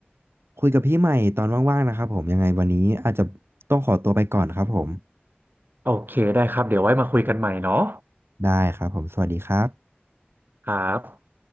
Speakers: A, on the right; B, on the right.
A: คุยกับพี่ใหม่ตอนว่างๆนะครับผมยังไงวันนี้อาจจะต้องขอตัวไปก่อนครับผม
B: โอเคได้ครับเดี๋ยวไว้มาคุยกันใหม่เนาะ
A: ได้ครับผมสวัสดีครับ
B: ครับ